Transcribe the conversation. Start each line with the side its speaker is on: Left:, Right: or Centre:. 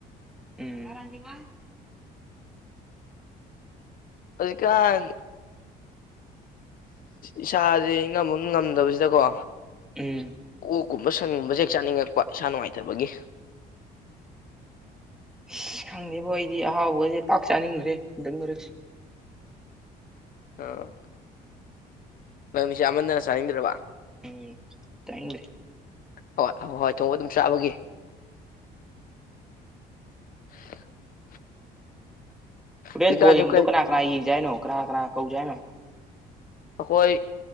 Centre: ꯎꯝ
Left: ꯍꯧꯖꯤꯛꯀꯥꯟ ꯏꯁꯥꯥꯁꯦ ꯏꯉꯝꯃꯝ ꯉꯝꯗꯕꯁꯤꯗꯀꯣ
Centre: ꯎꯝ
Left: ꯑꯣꯛꯀꯨꯝꯕ ꯁꯟꯒꯨꯝꯕꯁ ꯍꯦꯛ ꯆꯥꯅꯤꯡꯉꯛꯄ ꯏꯁꯥ ꯅꯨꯡꯉꯥꯏꯇꯕꯒꯤ
Centre: ꯑꯁ ꯈꯪꯗꯦꯕꯣ ꯑꯩꯗꯤ ꯑꯍꯥꯎꯕꯒꯁꯦ ꯄꯥꯛ ꯆꯥꯅꯤꯡꯈ꯭ꯔꯦ ꯍꯟꯗꯛ ꯃꯔꯛꯁꯦ
Left: ꯑ ꯅꯪꯗꯤ ꯆꯥꯃꯟꯗꯅ ꯆꯥꯅꯤꯡꯗ꯭ꯔꯕ
Centre: ꯎꯝ ꯇꯥꯅꯤꯡꯗꯔꯦ
Left: ꯍꯣꯏ ꯍꯋꯥꯢ ꯊꯣꯡꯕ ꯑꯗꯨꯝ ꯆꯥꯕꯒꯤ <inaudible>
Centre: ꯍꯣꯔꯦꯟ
Left: ꯍꯧꯖꯤꯛꯀꯥꯟꯁꯨ
Centre: ꯕꯣꯜ ꯌꯦꯡꯕꯗꯨ
Left: ꯀꯩ
Centre: ꯀꯅꯥ ꯀꯅꯥ ꯌꯦꯡꯖ ꯍꯥꯏꯅꯣ ꯀꯅꯥ ꯀꯅꯥ ꯀꯧꯖ ꯍꯥꯏꯅꯣ
Left: ꯑꯈꯣꯏ